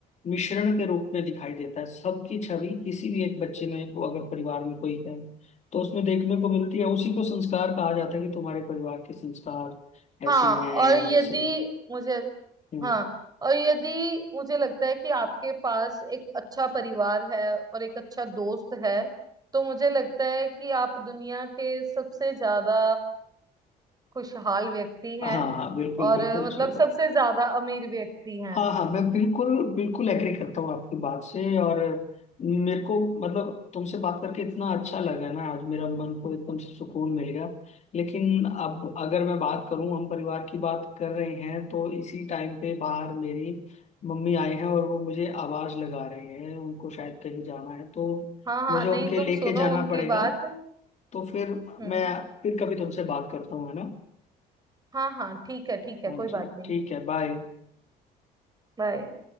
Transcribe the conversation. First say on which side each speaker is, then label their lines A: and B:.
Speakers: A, on the left; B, on the right.
A: मिश्रण के रूप में दिखाई देता है सबकी छवि किसी भी एक बच्चे में वो अगर परिवार में कोई है तो उसमें देखने को मिलती है उसी को संस्कार कहा जाता है कि तुम्हारे परिवार के संस्कार
B: हाँ
A: ऐसे हैं
B: और
A: या
B: यदि
A: वैसे
B: मुझे
A: हैं
B: हाँ और यदि मुझे लगता है कि आपके पास एक अच्छा परिवार है और एक अच्छा दोस्त है तो मुझे लगता है कि आप दुनिया के सबसे ज्यादा खुशहाल व्यक्ति हैं
A: हाँ हाँ बिल्कुल
B: और
A: बिल्कुल
B: अ, मतलब
A: सही
B: सबसे
A: बात
B: ज्यादा अमीर व्यक्ति हैं
A: हाँ हाँ मैं बिल्कुल बिल्कुल एग्री करता हूँ आपकी बात से और मेरे को मतलब तुमसे बात करके इतना अच्छा लगा ना आज मेरा मन को एकदम से सुकून मिल गया लेकिन अब अगर मैं बात करूँ हम परिवार की बात कर रहे हैं तो इसी टाइम पे बाहर मेरी मम्मी आए हैं और वो मुझे आवाज लगा रहे हैं उनको शायद कहीं जाना है तो
B: हाँ हाँ
A: मुझे
B: नहीं
A: उनके
B: तुम
A: लेके
B: सुनो
A: जाना
B: उनकी
A: पड़ेगा
B: बात
A: तो फिर
B: हम्म
A: मैं फिर कभी तुमसे बात करता हूँ है ना
B: हाँ हाँ ठीक है ठीक है
A: हाँ
B: कोई
A: जी
B: बात नहीं
A: ठीक है बाय
B: बाय